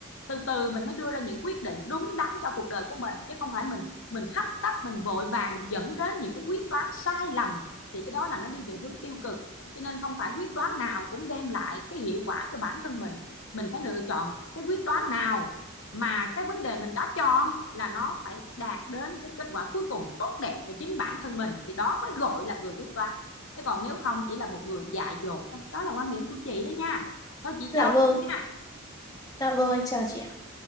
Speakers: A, on the left (about 60°); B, on the left (about 15°).
A: từ từ mình mới đưa ra những quyết định đúng đắn cho cuộc đời của mình chứ không phải mình mình hấp tấp mình vội vàng mình dẫn đến những cái quyết đoán sai lầm thì cái đó là nó đi về hướng tiêu cực cho nên không phải quyết đoán nào cũng đem lại cái hiệu quả cho bản thân mình mình phải lựa chọn cái quyết đoán nào mà cái vấn đề mình đã chọn là nó phải đạt đến cái kết quả cuối cùng tốt đẹp cho chính bản thân mình thì đó mới gọi là người quyết đoán chứ còn nếu không chỉ là một người dại dột thôi đó là quan điểm của chị đó nha thôi chị
B: Dạ
A: chào
B: vâng.
A: em nha
B: Dạ vâng, em chào chị ạ.